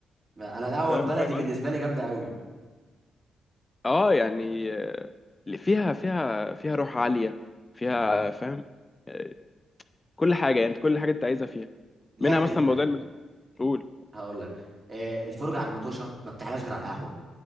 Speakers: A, on the right (about 40°); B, on the left (about 30°).
A: انا أنا الاول
B: فاهم
A: بلدي
B: فاهم
A: بالنسبه لي جامده قوي
B: اه يعني آه، اللي فيها فيها فيها روح عالية فيها فاهم آه، كل حاجة يعني انت كل حاجة انت عايزها فيها
A: لعب
B: منها مثلا
A: ال...
B: موضوع المسؤول
A: هقول لك آه، الفرجه على المطوشه ما بتحلاش غير على القهوه